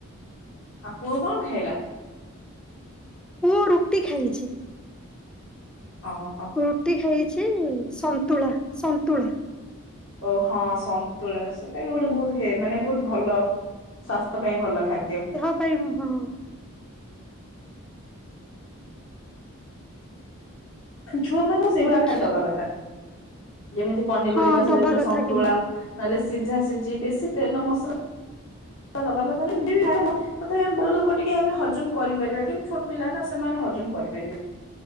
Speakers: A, on the left (about 65°); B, in the centre.
A: ଆଉ ପୁଅ କଣ ଖାଇଲା?
B: ପୁଅ ରୁଟି ଖାଇଛି।
A: ଓହୋ
B: ରୁଟି ଖାଇଛି ସନ୍ତୁଳା ସନ୍ତୁଳା।
A: ଓ ହଁ ସନ୍ତୁଳା ସେଇଟା ବି ଗୋଟେ ବହୁତ ହେ ମାନେ ବହୁତ ଭଲ ସ୍ୱାସ୍ଥ୍ୟ ପାଇଁ ଭଲ ଖାଦ୍ୟ।
B: କହିବୁ ହୁ
A: ଛୁଆ ମାନଙ୍କୁ ସେଇଭଳିଆ
B: ଦେଖି
A: ଖାଦ୍ୟ ଦବା କଥା ଯେମିତି ପନିପରିବା
B: ହଁ
A: ସେ
B: ଦବା
A: ଜୋ
B: କଥା
A: ସନ୍ତୁଳା
B: କିନ୍ତୁ
A: ନହେଲେ ସିଝା ସିଝି ବେଶି ତେଲ ମସଲା <unintelligible> ତଥାପି ଆମ ବଡ ଲୋକ ଟିକେ ଆମେ ହଜମ କରିପାରିବା କିନ୍ତୁ ଛୋଟ ପିଲା ନା ସେମାନେ ହଜମ କରିପାରିବେ